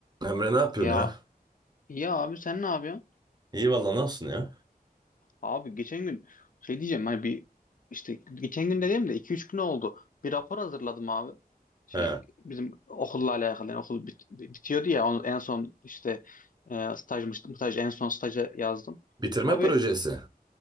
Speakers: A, on the right; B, on the left.
A: Emre ne yapıyorsun
B: Ya
A: ya?
B: ya abi sen ne yapıyorsun?
A: İyi valla ne olsun ya?
B: Abi geçen gün şey diyeceğim hani bir işte geçen gün dediğim de 2-3 gün oldu. Bir rapor hazırladım abi. Şey
A: He.
B: bizim okulla alakalı yani okul bit- bitiyordu ya onu en son işte e, stajmış staj en son staja yazdım.
A: Bitirme
B: Abi
A: projesi.